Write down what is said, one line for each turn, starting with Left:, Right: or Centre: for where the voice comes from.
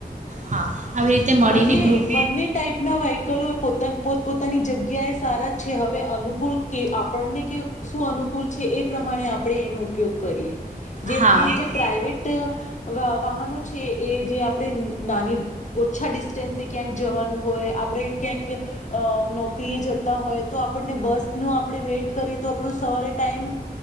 Right: હા. આવી રીતે મળીને
Left: બંને
Right: ગ્રુપ
Left: બંને ટાઈપના વ્હકલો પોતા પોતપોતાની જગ્યાએ સારા છે, હવે અનુકૂળ કે આપણને કે શું અનુ <unintelligible> છે, એ પ્રમાણે આપણે એનો ઉપયોગ કરીએ. જેમ
Right: હા
Left: કે
Right: બ-
Left: જે પ્રાઈવેટ વાહનો છે, એ જે આપણે નાની ઓછા ડિસ્ટન્સે ક્યાંક જવાનું હોય આપણે ક્યાંક નોક <unintelligible> જતા હોય તો આપણને બસ નું આપણે વેઇટ કરીએ તો આપણું સવારે ટાઈમ